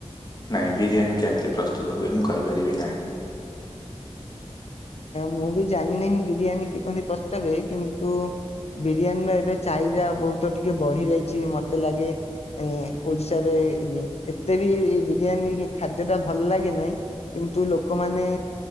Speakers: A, on the left; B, on the left.
A: ନାହିଁ ବିରିୟାନୀ କେମିତି ପ୍ରସ୍ତୁତ ହୁଏ ମୁଁ କହିପାରିବି ନାହିଁ।
B: ମୁଁ ବି ଜାଣିନାହିଁ ବିରିୟାନୀ କିପରି ପ୍ରସ୍ତୁତ ହୁଏ କିନ୍ତୁ ବିରିୟାନୀର ଏବେ ଚାହିଦା ବହୁତ ଟିକେ ବଢି ଯାଇଛି ମତେ ଲାଗେ ଏ ଓଡିଶାରେ ଇ ଏତେ ବି ବିରିୟାନୀ ଖାଦ୍ୟ ଟା ଭଲ ଲାଗେ ନାଇଁ। କିନ୍ତୁ ଲୋକମାନେ